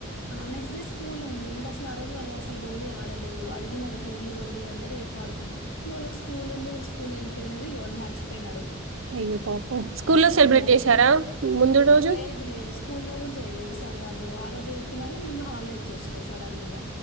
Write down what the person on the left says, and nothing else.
ఆ నెక్స్ట్ డే స్కూల్ ఉంది ఇంకా ఆ రోజు వాళ్ళు అసలు హోలీ ఆడలేదు, అడిగినరు హోలీ హోలీ అంటే రేపు ఆడుకున్నా ఇంకా వాళ్ళకి స్కూల్ ఉంది. స్కూల్ ఎళ్ళిపోయినరు ఇగ వాళ్ళు మరిచిపోయినరు
అస్సలు
హోల్
లేదు లేదు స్కూలో గుడ ఈసారి వాళ్ళు ఆ రోజే చెప్పినారు ముందు హాలిడే ఇచ్చేసినారు సడన్ గా